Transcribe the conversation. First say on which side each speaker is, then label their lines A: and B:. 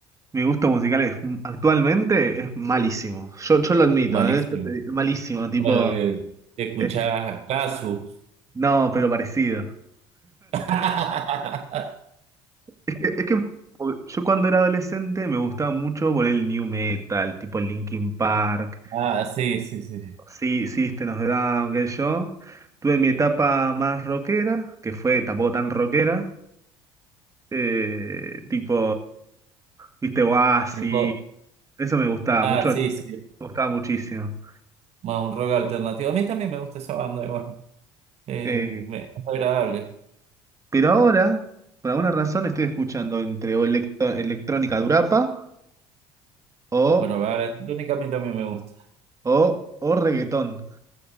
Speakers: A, on the right (about 25°); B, on the right (about 50°).
A: mi gusto musical es, actualmente es malísimo. Yo, yo lo admito,
B: Malísimo.
A: ¿eh? Yo te- malísimo, tipo.
B: Bueno, que escuchás
A: eh,
B: Casu.
A: No, pero parecido.
B: <laughs>
A: Es que, es que yo cuando era adolescente me gustaba mucho por el new metal, tipo Linkin Park.
B: Ah, sí, sí, sí.
A: Sí, System of a Down, qué sé yo. Tuve mi etapa más rockera, que fue tampoco tan rockera, eh, tipo, viste, Oasis,
B: Tipo,
A: eso me gustaba
B: Ah,
A: mucho, me
B: sí, sí.
A: gustaba muchísimo.
B: Más un rock alternativo. A mí también me gusta esa banda, igual. Eh,
A: Eh,
B: me, es agradable.
A: pero ahora, por alguna razón, estoy escuchando entre o electro- electrónica durapa o,
B: Bueno, la banda electrónica a mí también me gusta.
A: o, o reggaetón.